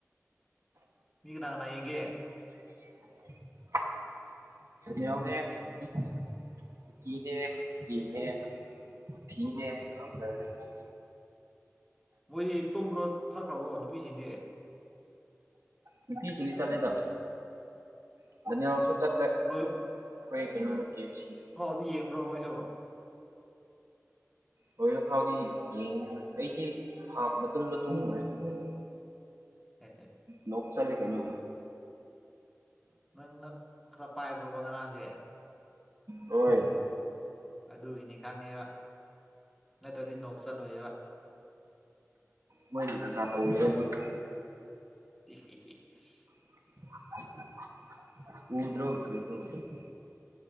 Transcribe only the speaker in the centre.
ꯃꯤ ꯀꯅꯥ ꯀꯥꯅ ꯌꯦꯡꯒꯦ
ꯃꯣꯏꯗꯤ ꯇꯣꯕ꯭ꯔꯣ ꯆꯠꯈ꯭ꯔꯕꯣ ꯅꯨꯄꯤꯁꯤꯡꯗꯤ
ꯂꯣꯏ
ꯃꯤ ꯌꯦꯡꯕ꯭ꯔꯣ ꯃꯣꯏꯁꯨ
ꯍꯦ ꯍꯦ
ꯅꯪꯅꯥ ꯈꯔ ꯄꯥꯏꯕ꯭ꯔꯣꯕ ꯉꯔꯥꯡꯗꯤ
ꯑꯗꯨꯒꯤꯅꯤ ꯈꯪꯉꯦꯕ ꯅꯠꯇ꯭ꯔꯗꯤ ꯅꯣꯛ ꯆꯠꯂꯣꯏꯕꯥ
ꯏꯁ ꯏꯁ ꯏꯁ ꯏꯁ